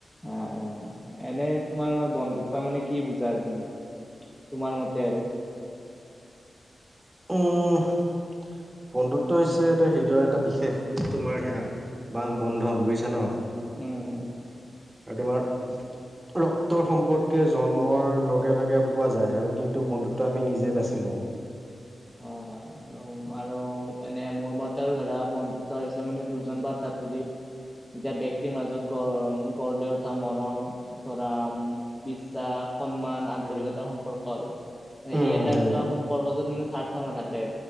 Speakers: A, in the centre; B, on the right.
A: অ অ। এনে তোমাৰ বন্ধুত্ব মানে কি বুজা আৰু তুমি, তোমাৰ মতে আৰু?
B: উম- হ বন্ধুত্ব হৈছে এটা হৃদয়ৰ এটা বিশেষ তোমাৰ সেয়া বা বন্ধন বুইছা ন'?
A: উম - উম
B: আৰু তোমাৰ ৰক্তৰ সম্পৰ্কে জন্মৰ লগে- লগে পোৱা যায় আৰু কিন্তু বন্ধুত্ব আমি নিজে বাচি লওঁ।
A: অহ, হয় আৰু উম, আৰু এনে মোৰ মতে আৰু ধৰা বন্ধুত্ব হৈছে মানে দুজন বা তাতোধিক দুটা ব্যক্তিৰ মাজত গ- গঢ় লৈ উঠা মৰম ধৰা উম বিশ্বাস, সন্মান, আন্তৰিকতা,
B: উম
A: সম্পৰ্ক আৰু।
B: উম
A: ই এটা
B: সেয়ে
A: এনেকুৱা সম্পৰ্ক য'ত মানে স্বাৰ্থ নাথাকে